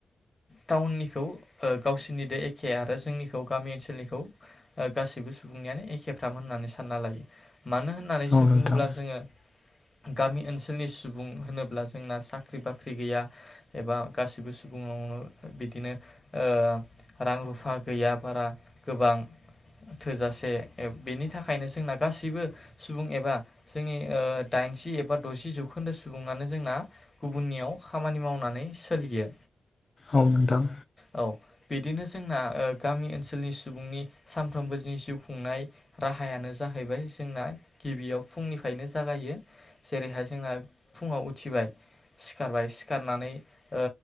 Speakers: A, on the left (about 25°); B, on the left (about 40°).
A: टाउननिखौ ओ गावसोरनि एखे आरो जोंनिखौ गामि ओनसोलनिखौ ओ गासैबो सुबुंनियानो एखे। खेफ्राम होननानै सानना लायो। मानो होननानैसो
B: औ नोंथां
A: बुङोब्ला जोङो गामि ओनसोलनि सुबुं होनोब्ला जोंना साख्रि बाख्रि गैया एबा गासैबो सुबुंआवनो बिदिनो ओ रां रुफा गैया बारा गोबां थोजासे बेनि थाखायनो जोंना गासैबो सुबुं एबा जोंनि ओ दाइनजि एबा द'जि जौखोन्दो सुबुङानो जोंना गुबुननियाव खामानि मावनानै सोलियो।
B: औ नोंथां।
A: औ बिदिनो जोंना ओ गामि ओनसोलनि सुबुंनि सानफ्रोमबो जि जिउ खुंनाय राहायानो जाहैबाय जोंना गिबियाव फुंनिफ्रायनो जागायो जेरैहाय जोंना फुङाव उथिबाय सिखारबाय सिखारनानै ओ